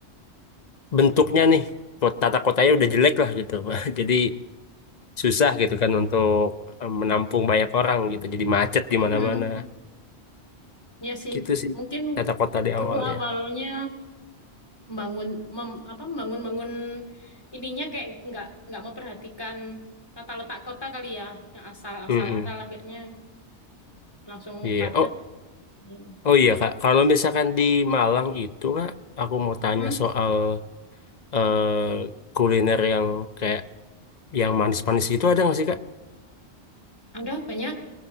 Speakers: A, on the left; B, on the left.
A: bentuknya nih kota tata kotanya udah jelek lah gitu <laughs> jadi susah gitu kan untuk eh, menampung banyak orang gitu. Jadi macet di mana-mana.
B: <laughs> mhm, ya sih
A: Gitu sih
B: mungkin
A: tata kota di
B: dulu
A: awalnya.
B: awalnya membangun mem- apa membangun bangun ininya kayak nggak nggak memperhatikan tata letak kota kali ya yang asal asal
A: Mm-mm.
B: asal akhirnya langsung
A: Iya.
B: padat
A: Oh,
B: ini
A: oh iya Kak. Kalau misalkan di Malang itu Kak, aku mau tanya
B: hmm,
A: soal eh, kuliner yang kayak yang manis-manis gitu ada nggak sih Kak?
B: ada banyak